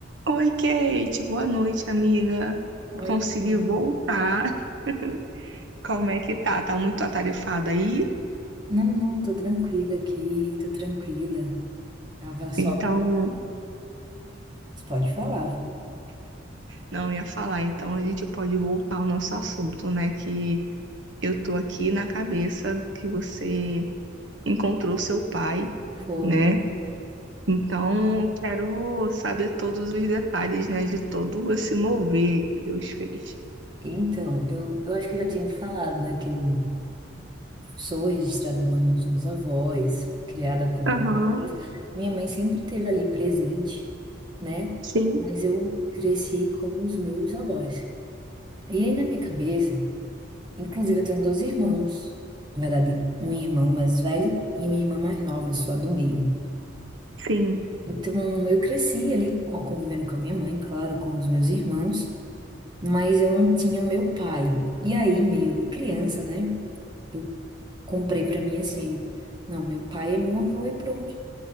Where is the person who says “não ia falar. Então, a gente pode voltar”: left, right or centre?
Right